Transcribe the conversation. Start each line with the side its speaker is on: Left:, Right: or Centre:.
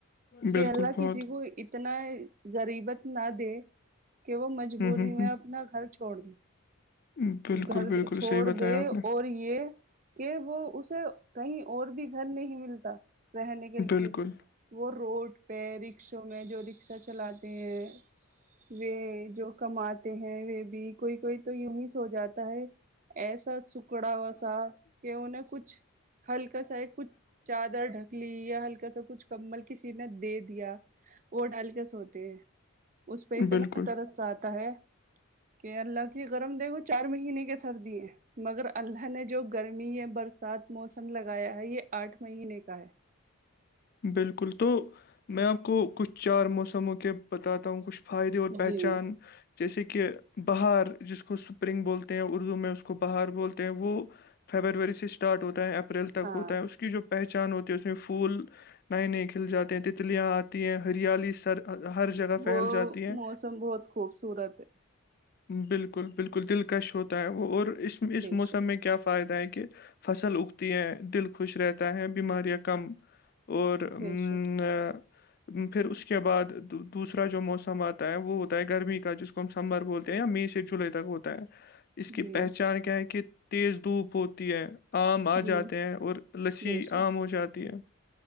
Left: ہوں بالکل
Right: کہ اللہ
Left: بہت
Right: کسی کو ا اتنا غریبت نہ دے کہ وہ مجبوری
Left: ہوں ہوں
Right: میں اپنا خرچ چھوڑ د
Left: ہوں بالکل
Right: گھر
Left: بالکل
Right: چھوڑ
Left: صحیح
Right: د
Left: بتایا آپ نے
Right: اور یہ کہ وہ اسے کہیں اور بھی گھر نہیں ملتا رہنے کے لیے
Left: بالکل
Right: وہ روڈ پہ رکشوں میں جو رکشا چلاتے ہیں و جو کماتے ہیں وہ بھی کوئی کوئی تو ی ہی سو جاتا ہے ایسا س بڑا وا سا کہ ان نے کچھ ہلکا سا ایک کچھ چادر ڈک لی یا ہلکا سا کچھ کممل کسی نے دے دیا وہ ڈال کے سوتے ہیں اس پہ اتنا
Left: بالکل
Right: ترس آتا ہے کہ اللہ کی گرم دیکھو چار مہینے کے سردی ہے مگر اللہ نے جو گرمی یا برسات موسم لگایا ہے یہ آٹھ مہینے کا ہے
Left: بالکل تو میں آپ کو کچھ چار موسموں کے بتاتا ہوں کچھ فائدے اور پہچان
Right: جی
Left: جیسے کہ بہار جس کو سپرنگ بولتے ہیں اردو میں اس کو بہار بولتے ہیں وہ فیبروری سے اسٹارٹ ہوتا ہے ای اپریل تک
Right: ہاں
Left: ہوتا ہے اس کی جو پہچان ہوتی ہے اس میں پھول نئے نئے کھل جاتے ہیں تتلیات ہیں ہریالی ہر جگہ
Right: وہ
Left: پھیل جاتی ہیں
Right: موسم بہت خوبصورت ہے
Left: بالکل بالکل دلکش ہوتا ہے وہ اور اس اس
Right: بیش
Left: موسم میں کیا فائدہ ہے کہ فصل اگتی ہے دل خوش رہتا ہے بیماریاں کم اور
Right: بیش
Left: ہ پھر اس کے بعد دوسرا جو موسم آتا ہے وہ ہوتا ہے گرمی کا جس کو ہم سے دتمبر بولتے ہیں یا مئی سے جولائی تک ہوتا ہے اس
Right: جی
Left: کی پہچان کیا ہے کہ تیز دھوپ ہوتی ہے آم آ
Right: جی
Left: جاتے ہیں اور لسی
Right: بے شک
Left: آم ہو جاتی ہے